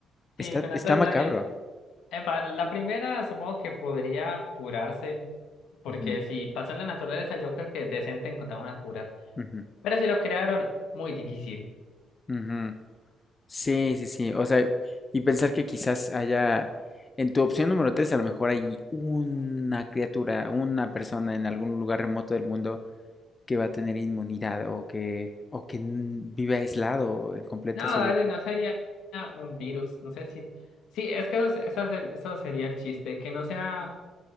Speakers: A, on the left; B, on the left.
A: Está,
B: Sí, pero
A: está
B: entonces,
A: macabro.
B: dale. Epa, la primera supongo que podría curarse, porque
A: Ujú,
B: si pasó en la naturaleza, yo creo que es decente encontrar una cura.
A: ujú,
B: Pero si lo crearon, muy difícil.
A: ujú. Sí, sí, sí. O sea, y pensar que quizás haya, en tu opción número 3 a lo mejor hay una criatura, una persona en algún lugar remoto del mundo que va a tener inmunidad o que, o que n- vive aislado, en completa
B: No,
A: soledad.
B: dale, no sería un virus, no sé si... Sí, es que eso, eso es el- eso sería el chiste, que no sea